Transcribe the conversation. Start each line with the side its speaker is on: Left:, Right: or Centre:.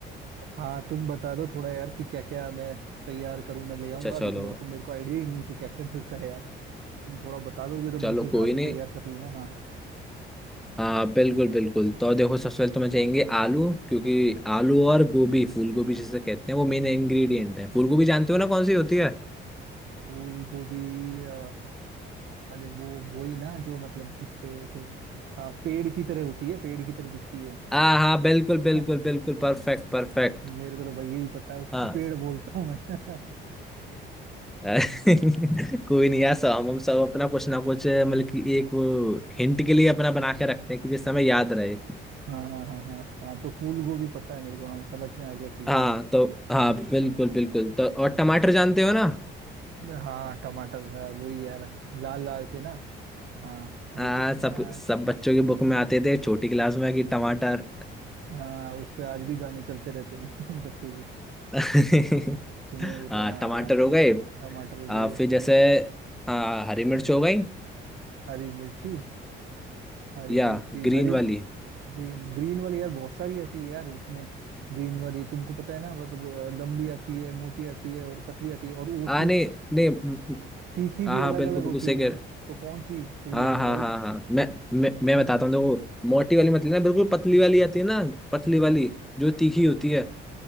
Right: हाँ तुम बता दो थोड़ा यार कि क्या क्या मैं तैयार करूं मैं ले आऊंगा
Centre: अच्छा
Right: अभी
Centre: चलो
Right: तो मेरे को मेरे को आइडिया ही नहीं है कि क्या क्या डलता है यार तुम थोड़ा बता दोगे तो मैं
Centre: चलो
Right: उस हिसाब
Centre: कोई
Right: से
Centre: नहीं
Right: तैयार कर लूंगा हाँ
Centre: हाँ बिल्कुल बिल्कुल तो देखो सबसे पहले तुम्हें चाहिए आलू क्योंकि आलू और गोभी फूल गोभी जिसे कहते हैं वो मेन इंग्रेडिएंट है फूल गोभी जानते हो ना कौन सी होती है
Right: फूल गोभी अ, अरे वो वही ना जो मतलब जिसपे ऐसे अ, पेड़ की तरह होती है पेड़ की तरह दिखती है
Centre: हाँ हाँ बिल्कुल बिल्कुल
Right: <laughs>
Centre: बिल्कुल परफेक्ट परफेक्ट
Right: मेरे को तो भाई यही पता है उसको
Centre: हाँ
Right: पेड़ बोलता हूँ मैं <laughs>
Centre: <laughs> कोई नहीं यार सब हम हम सब अपना कुछ ना कुछ मतलब कि एक वो हिंट के लिए अपना बना के रखते हैं कि जिससे हमें याद रहे
Right: हाँ हाँ हाँ हाँ हाँ तो फूल गोभी पता है मेरे को हाँ समझ में आ गया कि
Centre: हाँ
Right: हाँ
Centre: तो हाँ बिल्कुल बिल्कुल तो और टमाटर जानते हो ना
Right: हाँ टमाटर है वही यार लाल लाल से ना हाँ वो
Centre: हाँ
Right: तो
Centre: सब
Right: हाँ,
Centre: सब बच्चों की बुक में आते थे छोटी क्लास में कि टमाटर
Right: हाँ उस पे आज भी गाने चलते रहते हैं <laughs> बच्चों को
Centre: <laughs>
Right: सुने
Centre: हाँ
Right: वो तो हाँ
Centre: टमाटर हो गए
Right: टमाटर हो
Centre: आ,
Right: गए
Centre: फिर जैसे हाँ हरी मिर्च हो गई
Right: हरी मिर्ची हरी
Centre: या
Right: मिर्ची
Centre: ग्रीन
Right: हरी
Centre: वाली
Right: ग्रीन ग्रीन वाली यार बहुत सारी आती है यार उसमें ग्रीन वाली तुमको पता है ना वो तो अ, लंबी आती है मोटी आती है और पतली आती है और वो
Centre: हाँ
Right: तीख
Centre: नहीं नहीं
Right: तीखी भी
Centre: हाँ हाँ
Right: अलग
Centre: बिल्कुल
Right: अलग होती
Centre: बिल्कुल सही
Right: है
Centre: कह
Right: तो कौन सी चाहिए
Centre: हाँ
Right: फिर
Centre: हाँ
Right: भाई
Centre: हाँ हाँ मैं मैं, मैं बताता हूँ देखो मोटी वाली मत लेना बिल्कुल पतली वाली आती है ना पतली वाली जो तीखी होती है